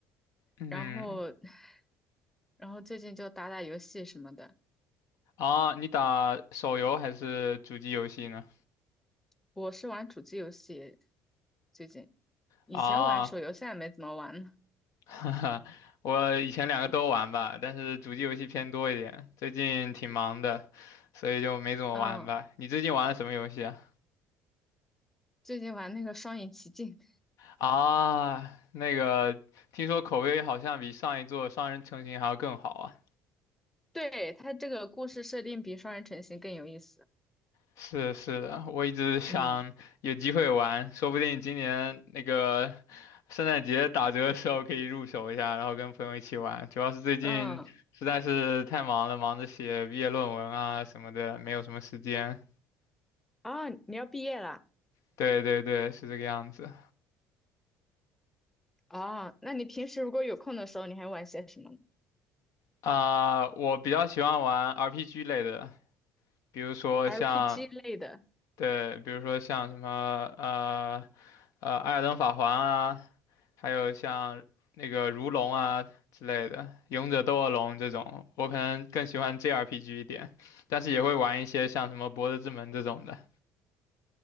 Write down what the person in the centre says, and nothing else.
然后，<laughs> 然后最近就打打游戏什么的。
我是玩主机游戏，最近，以前玩手游，
现在没怎么玩了。
你，
啊，
最近玩那个《双影奇境》，
<laughs> 对，它这个故事设定比《双人成行》更有意思。
嗯
嗯，
啊，你要毕业了？
哦，那你平时如果有空的时候，你还玩些什么呢
r p g 类的